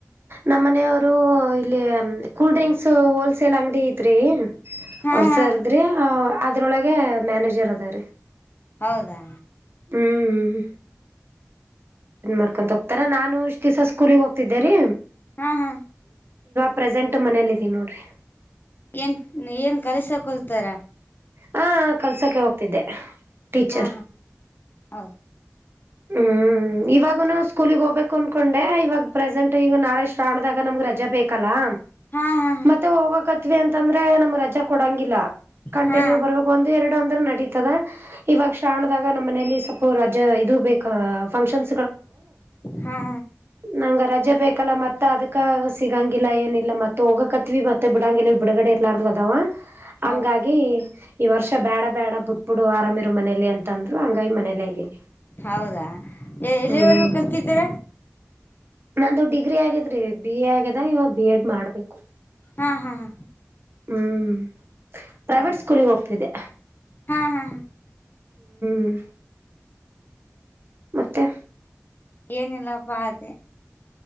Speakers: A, on the right; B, on the left.
A: ನಮ್ಮ ಮನೆಯವರು ಇಲ್ಲಿ ಕೂಲ್ ಡ್ರಿಂಕ್ಸ್ ಹೋಲ್ಸೇಲ್ ಅಂಗಡಿ ಐತ್ರಿ
B: ಹಾ
A: ಅವ್ರ
B: ಹಾ
A: ಸರ್ದ್ರಿ ಅದ್ರೊಳಗೆ ಮ್ಯಾನೇಜರ್ ಅದ್ರೀ
B: ಹೌದಾ
A: ಹ್ಮ್ ಏನ್ ಮಾಡ್ಕೊಂತ ಹೋಗ್ತಾರಾ ನಾನು ಎಷ್ಟ್ ದಿವ್ಸ ಸ್ಕೂಲ್ಗೆ ಹೋಗ್ತಿದ್ದೇರಿ
B: ಹಾ ಹಾ
A: ಪ್ರೆಸೆಂಟ್ ಮನೇಲ್ಲ ಇದೀ ನೋಡ್ರಿ
B: ಏನ್ ಏನ್ ಕಲ್ಸಕೊಲ್ತಾರ
A: ಹಾ ಕಲ್ಸಕ್ಕೆ ಹೋಗ್ತಿದ್ದೆ ಟೀಚರ್
B: ಹಾ ಹಾ ಹೌ
A: ಹ್ಮ್ ಇವಾಗನ ಸ್ಕೂಲಗ್ ಹೋಗ್ಬೇಕು ಅನ್ ಇಕೊಂಡೆ ಇವಾಗ ಪ್ರೆಸೆಂಟ್ ಈಗ ನಾಳೆ ಶ್ರಾವಣದಾಗ ನಮ್ಗ್ ರಜಾ ಬೇಕಲ್ಲಾ
B: ಹಾ ಹಾ
A: ಮತ್ತೆ ಹೋಗಕತ್ವಿ ಅಂತಂದ್ರೆ ನಮ್ ರಜಾ ಕೊಡಂಗಿಲ್ಲ ಕಂಟಿನ್ಯೂ
B: ಹಾ
A: ಬರ್ಬೇಕ ಒಂದು ಎರಡು ಅಂದ್ರೆ ನಡತದ ಇವ ಶ್ರಾವಣದಾಗ ನಮ್ಮ ಮನಲಿ ಸ್ವಲ್ಪ ರಜಾ ಇದು ಬೇಕ ಫಂಕ್ಷನ್
B: ಹಾ ಹಾ
A: ನಂಗ <inaudible> ರಜೆ ಬೇಕಲ್ಲ ಮತ್ತ ಅದಕ್ಕೆ ಸಿಗಂಗಿಲ್ಲ ಏನಿಲ್ಲ ಮತ್ತ ಹೋಗಕತ್ವಿ ಮತ್ತೆ ಬಿಡಂಗಿಲ್ಲ ಬಿಡುಗಡೆ ಇರ್ಲಾರು ಅದಾವ ಹಂಗಾಗಿ
B: ಹೌ
A: ಈ ವರ್ಷ ಬೇಡ ಬೇಡ ಬುಟ್ಬುಡು ಆರಾಮ ಮನೇಲಿ ಅಂತ ಅಂದ್ರು ಹಂಗಾಗಿ ಮನೇಲ್ಲ ಇದ್ದೀನಿ
B: ಹೌದಾ ಎಲ್ಲಿವರೆಗೂ
A: ಹ್ಮ್
B: ಕಲ್ತಿದ್ದ್
A: ನಂದು ಡಿಗ್ರಿ ಆಗದ್ರಿ ಬಿ ಎ ಆಗ್ಯದ ಇವಾಗ ಬಿ ಎಡ್ ಮಾಡ್ಬೇಕು
B: ಹಾ ಹಾ ಹಾ
A: ಹ್ಮ್ ಪ್ರೈವೇಟ್
B: ಹೌದಾ
A: ಸ್ಕೂಲ್ಗೆ ಹೋಗ್ತಿದ್ದೆ
B: ಹಾ ಹಾ ಹಾ
A: ಹ್ಮ್ ಮತ್ತೆ
B: ಏನಿಲ್ಲ ಬಾ ಅದೆ